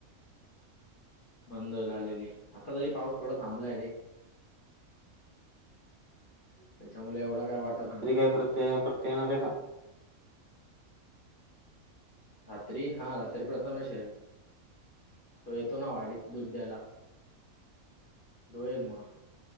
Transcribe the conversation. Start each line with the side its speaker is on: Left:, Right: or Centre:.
Left: बंद झालेली आता तरी पाऊस थोडा थांबलाय रे. त्याच्यामुळे एवढं काय वाटत नाही.
Right: प्रत्यत <unintelligible> तेणार आहे का
Left: रात्री हा रात्री प्रथमेश येईल. तो येतो ना वाडीत दुध देयला तो येईल मग.